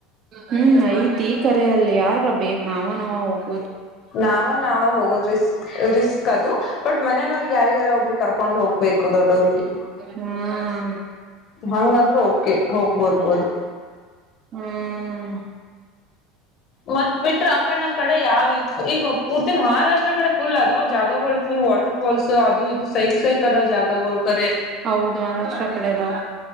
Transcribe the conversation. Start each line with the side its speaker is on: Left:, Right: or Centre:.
Right: ಹ್ಮ್ ಐತಿ ಈ ಕರೆಯಲ್ಲಿ ಯಾರ ಬೇಕ್ ನಾವ ನಾವ ಹೋಗ್
Left: ನಾವ ನಾವ ಹೋಗ ರಿಸ್ಕ್ ರಿಸ್ಕ್ ಅದು ಬಟ್ ಮನನವರಿಗೆ ಯಾರಿಗಾರ ಒಬ್ರ ಕರ್ಕೊಂ ಹೋಗ್ಬೇಕು ದೊಡ್ಡೋರಿಗೆ
Right: ಹ್ಮ್
Left: ಹಂಗಂದ್ರರು ಹೋ ಹೋಗ್ಬರ್ಬೋದು
Right: ಹ್ಮ್
Left: ಮತ್ ಬಿಟ್ರ ಅಕಡ ನಮ್ ಕಡೆ ಯಾವ ಈಗ ಪೂರ್ತಿ ಮಹಾರಾ ಇಷ್ಟ್ ಕಡೆ ಫುಲ್ ಅದಾವ್ ಜಾಗಗಳು ಫುಲ್ ವಾಟರ್ ಫಾಲ್ಸ್ ಅದು ಇದು ಸೈಕ್ ಸೈಕ್ ಅದಾವ್ ಜಾಗಗಳು ಕರೆ
Right: ಹೌದು ಮಹಾರಾಷ್ಟ್ರ ಕಡೆದಾವ